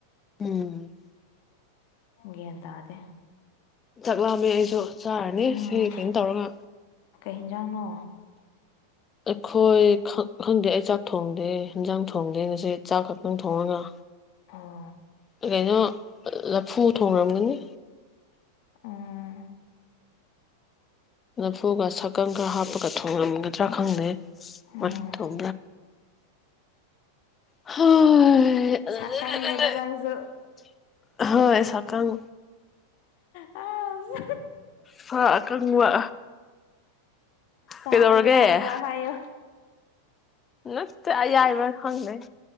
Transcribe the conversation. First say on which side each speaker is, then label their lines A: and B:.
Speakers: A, on the left; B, on the left.
A: ꯎꯝ
B: ꯃꯦꯟ ꯇꯥꯗꯦ
A: ꯆꯥꯛ ꯂꯥꯝꯃꯦ ꯑꯩꯁꯨ ꯆꯥꯔꯅꯤ
B: ꯎꯝ
A: ꯁꯤ ꯀꯩꯅꯣ ꯇꯧꯔꯒ
B: ꯀꯩ ꯌꯦꯟꯖꯥꯡꯅꯣ
A: ꯑꯩꯈꯣꯏ ꯈꯛ ꯈꯪꯗꯦ ꯑꯩ ꯆꯥꯛ ꯊꯣꯡꯗꯦ ꯑꯦꯟꯖꯥꯡ ꯊꯣꯡꯗꯦ ꯉꯁꯤ ꯆꯥꯛ ꯈꯛꯇꯪ ꯊꯣꯡꯉꯒ
B: ꯑꯣ
A: ꯀꯩꯅꯣ ꯂꯐꯨ ꯊꯣꯡꯔꯝꯒꯅꯤ
B: ꯎꯝ
A: ꯂꯐꯨꯒ ꯁꯥꯀꯪ ꯈꯔ ꯍꯥꯞꯄꯒ ꯊꯣꯉꯝꯒꯗ꯭ꯔꯥ ꯈꯪꯗꯦ
B: ꯎꯝ
A: ꯋꯥꯛꯀꯤꯡ ꯊꯣꯛ <unintelligible>
B: ꯁꯛꯀꯪꯅꯦꯗ ꯅꯪꯁꯨ
A: ꯍꯥ <unintelligible> ꯍꯣꯏ ꯁꯥꯀꯪ
B: ꯑꯁ
A: ꯁꯥ ꯑꯀꯪꯕ
B: ꯁꯥ
A: ꯀꯩꯗꯧꯔꯒꯦ
B: ꯑꯌꯥꯏꯕ ꯍꯥꯏꯌꯣ
A: ꯅꯠꯇꯦ ꯑꯌꯥꯏꯕ ꯈꯪꯅꯩ